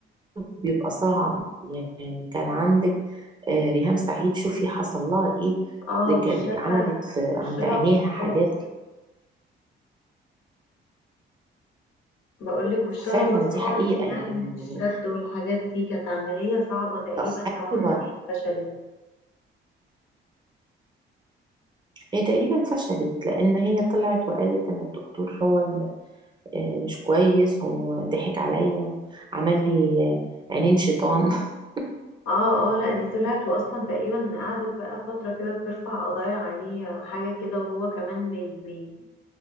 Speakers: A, on the right; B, on the left.
A: بيبقى صعب يعني كان عندك آه، ريهام سعيد شوفي حصل لها ايه
B: اه
A: ده كان
B: وشها
A: عملت في
B: وشها
A: عند عينيها
B: باظ
A: حاجات
B: خالص
A: ك-
B: بقولك وشها
A: فعلا
B: باظ
A: دي حقيقة
B: خالص
A: يعني
B: يعني من الشد والحاجات دي كانت عملية صعبة تقريبا
A: طب
B: أو
A: ايوه
B: عملية فشلت
A: هي تقريبا فشلت لان هي طلعت وقالت ان الدكتور هو اللي آه، مش كويس وضحك عليا وعمل لي آه، عينين شيطان <laughs>
B: اه اه لا دي طلعت واصلا تقريبا قعدت بقى فترة كده بترفع قضايا عليه او حاجة كده وهو كمان بي بي